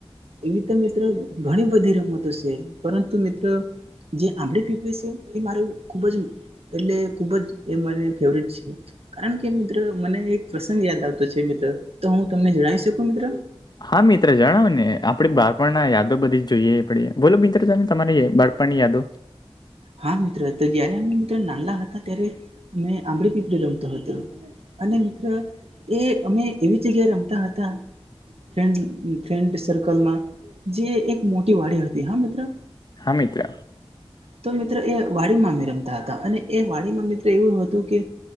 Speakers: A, on the right; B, on the left.
A: એવી તો મિત્ર ઘણી બધી રમતો છે પરંતુ મિત્રો જે આંબડી પીપડી છે એ મારું ખુબ જ એટલે ખુબ જ એ મને ફેવરટ છે. કારણ કે મિત્ર મને એક પ્રસંગ યાદ આવતો છે મિત્ર તો હું તમને જણાવી શકું મિત્ર?
B: હા મિત્ર જણાવોને આપે બાળપણના યાદો બધી જ જોઈએ આપણે બોલો મિત્ર તમે તમારી બાળ બાળપણની યાદો
A: હા મિત્રો તો જયારે અમે મિત્રો નાનલા હતા ત્યારે અમે આંબડી પીપળી રમતો હતો. અને મિત્ર એ અમે એવી જગ્યાએ રમતા હતા. ફન્ ફ્રેન્ડ સર્કલમાં જે એક મોટી વાડી હતી હા મિત્રો
B: હા મિત્ર.
A: તો મિત્રો એ વાડી અમે રમતા હતા અને એ વાડીમાં મિત્ર એવું હતું કે